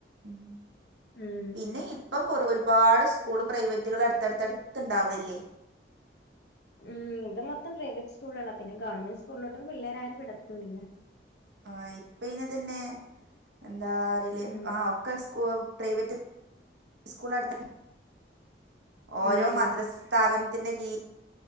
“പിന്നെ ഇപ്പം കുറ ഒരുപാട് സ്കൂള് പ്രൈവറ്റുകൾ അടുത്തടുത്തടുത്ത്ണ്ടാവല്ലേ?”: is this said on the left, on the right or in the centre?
Right